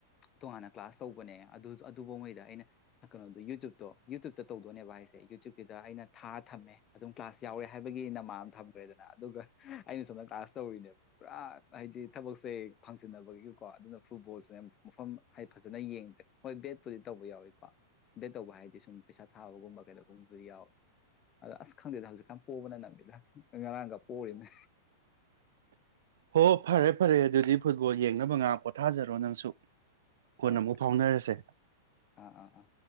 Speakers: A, on the left; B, on the right.
A: ꯇꯣꯉꯥꯟꯅ ꯀ꯭ꯂꯥꯁ ꯇꯧꯕꯅꯦ ꯑꯗꯨꯕꯨꯉꯣꯏꯗ ꯑꯩꯅ ꯀꯩꯅꯣꯗꯣ ꯌꯨꯇ꯭ꯨꯞꯇꯣ ꯌꯨꯇ꯭ꯨꯞꯇ ꯇꯧꯗꯣꯏꯅꯦꯕ ꯍꯥꯏꯁꯦ ꯌꯨꯇ꯭ꯌꯨꯞꯀꯤꯗ ꯑꯩꯅ ꯊꯥ ꯊꯝꯃꯦ ꯑꯗꯨꯝ ꯀ꯭ꯂꯥꯁ ꯌꯥꯎꯔꯦ ꯍꯥꯏꯕꯒꯤ ꯅꯃꯥ ꯑꯃ ꯊꯝꯈ꯭ꯔꯦꯗꯅ ꯑꯗꯨꯒ ꯑꯩꯅ ꯁꯣꯝꯗ ꯀ꯭ꯂꯥꯁ ꯇꯧꯔꯤꯅꯦꯕ ꯄꯨꯔꯥ ꯍꯥꯏꯗꯤ ꯊꯕꯛꯁꯦ ꯐꯪꯁꯤꯟꯅꯕꯒꯤ ꯀꯣ ꯑꯗꯨꯅ ꯐꯨꯠꯕꯣꯜꯁꯨꯅꯦ ꯃꯐꯝ ꯍꯥꯏꯗꯤ ꯐꯖꯅ ꯌꯦꯡꯗ꯭ꯔꯦ ꯍꯣꯏ ꯕꯦꯠꯄꯨꯗꯤ ꯇꯧꯕ ꯌꯥꯎꯏꯀꯣ ꯕꯦꯠ ꯇꯧꯕ ꯍꯥꯏꯗꯤ ꯁꯨꯝ ꯄꯩꯁꯥ ꯊꯥꯕꯒꯨꯝꯕ ꯀꯩꯅꯣꯒꯨꯝꯕꯗꯤ ꯌꯥꯎꯏꯤ ꯑꯗꯣ ꯑꯁ ꯈꯪꯗꯦꯗ ꯍꯧꯖꯤꯛꯀꯥꯟ ꯄꯣꯕꯅ ꯅꯪꯕꯤꯗ ꯉꯔꯥꯡꯒ ꯄꯣꯔꯤꯅꯤ
B: ꯍꯣ ꯐꯔꯦ ꯐꯔꯦ ꯑꯗꯨꯗꯤ ꯐꯨꯠꯕꯣꯜ ꯌꯦꯡꯅꯕ ꯉꯥꯛ ꯄꯣꯊꯥꯖꯔꯣ ꯅꯪꯁꯨ ꯀꯣꯟꯅ
A: ꯍꯣꯏ
B: ꯑꯃꯨꯛ
A: ꯍꯣꯏ
B: ꯐꯥꯎꯅꯔꯁꯦ <unintelligible>
A: ꯑꯥ ꯑꯥ ꯑꯥ